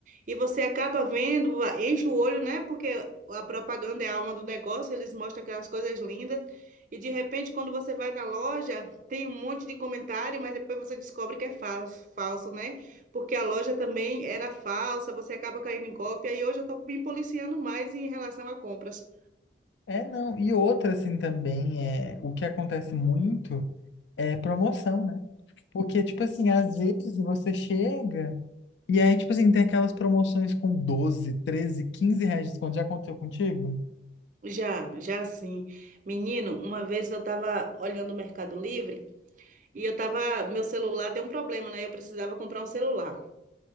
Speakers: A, on the right; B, on the left.
A: e você acaba vendo, enche o olho, né? Porque a propaganda é a alma do negócio, eles mostram aquelas coisas lindas e de repente quando você vai na loja, tem um monte de comentário, mas depois você descobre que é falso, falso, né? Porque a loja também era falsa, você acaba caindo em cópia e hoje eu estou me policiando mais em relação a compras.
B: É, não. E outra, assim, também é o que acontece muito. é promoção, né? Porque, tipo assim, às vezes você chega e aí, tipo assim, tem aquelas promoções com 12, 13, 15 reais de desconto. Já aconteceu contigo?
A: Já, já sim. Menino, uma vez eu tava olhando o Mercado Livre e eu tava, meu celular deu um problema, né? Eu precisava comprar um celular.